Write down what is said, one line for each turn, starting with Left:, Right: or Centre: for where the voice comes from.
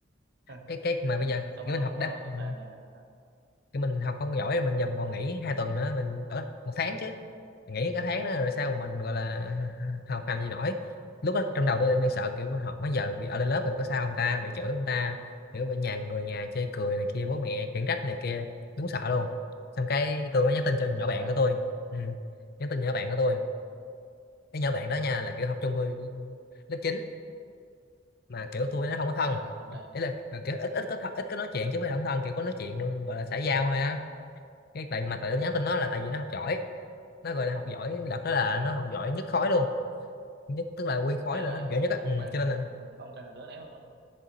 Right: <laughs>
Left: cái cái mà bây giờ
Right: xong
Left: kiểu
Right: rồi
Left: mình
Right: ông
Left: học đó
Right: ờ,
Left: mình
Right: về nhà rồi sao
Left: kiểu mình học không giỏi mình giờ mình còn nghỉ hai tuần nữa mình ở một tháng chứ nghỉ cả tháng đó rồi sao mà mình gọi là <laughs> học làm gì nổi lúc đó trong đầu tôi đang sợ kiểu học mấy giờ bị ở lên lớp rồi có sao không ta bị chửi không ta kiểu bị nhà người nhà chê cười này kia bố mẹ khiển trách này kia đúng sợ luôn xong cái tôi mới nhắn tin cho nhỏ
Right: sợ
Left: bạn
Right: vậy
Left: của tôi ừ. nhắn tin nhỏ bạn của tôi
Right: ừ.
Left: cái nhỏ bạn đó nha là kiểu học chung tôi lớp chín. mà kiểu tôi nó không có thân
Right: à ok
Left: ý là ờ, kiểu ít ít có thân, ít có nói chuyện chứ không phải không thân kiểu có nói chuyện luôn gọi là xã giao
Right: ừ
Left: thôi á cái tại mà tự
Right: ừ
Left: nhắn tin nó là tại vì nó học giỏi nó gọi là học giỏi lập đó là nó học giỏi nhất khối luôn nhất tức là nguyên khối
Right: ghê
Left: là
Right: vậy
Left: nó học giỏi nhất á
Right: ông
Left: ừ,
Right: quen
Left: cho
Right: được
Left: nên là
Right: ông quen được đứa đấy luôn